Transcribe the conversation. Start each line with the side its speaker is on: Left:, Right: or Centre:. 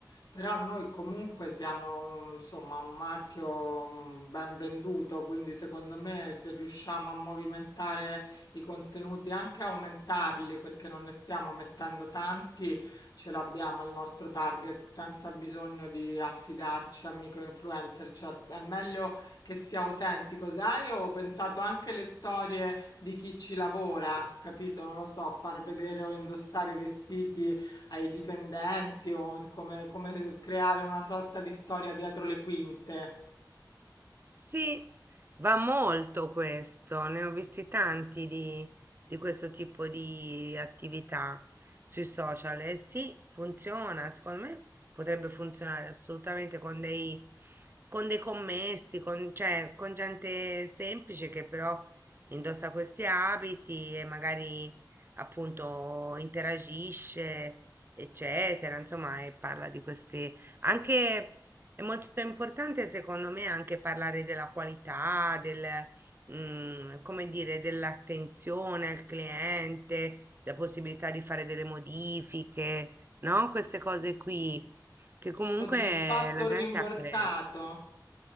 Left: però noi comunque siamo un- insomma un marchio mh, ben venduto, quindi secondo me se riusciamo a movimentare i contenuti, anche aumentarli, perché non ne stiamo mettendo tanti, ce l'abbiamo il nostro target senza bisogno di affidarci a micro-influencer, cioè è meglio che sia autentico, sai? Io ho pensato anche alle storie di chi ci lavora, capito? Non lo so, far vedere o indossare i vestiti ai dipendenti o come, come creare una sorta di storia dietro le quinte.
Right: Sì, va molto questo, ne ho visti tanti di, di questo tipo di attività sui social e sì, funziona, secondo me potrebbe funzionare assolutamente con dei, con dei commessi, con, cioè, con gente semplice che però indossa questi abiti e magari appunto interagisce, eccetera, insomma, e parla di queste anche è molto importante secondo me anche parlare della qualità, del, mm, come dire, dell'attenzione al cliente, della possibilità di fare delle modifiche, no? Queste cose qui che comunque
Left: Soddisfatto
Right: la
Left: o
Right: gente
Left: rimborsato?
Right: apprezza.